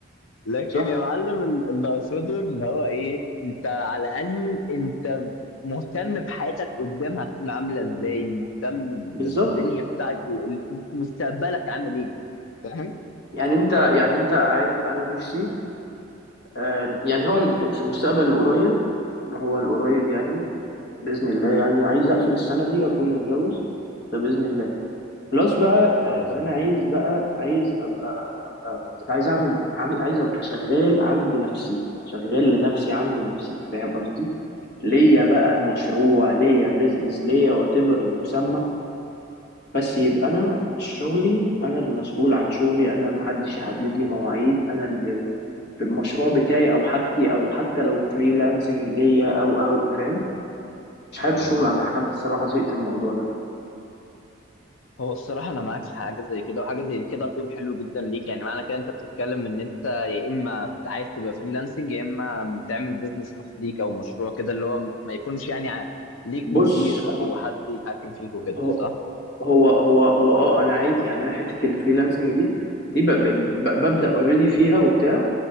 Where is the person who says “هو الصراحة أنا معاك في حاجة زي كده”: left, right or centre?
Left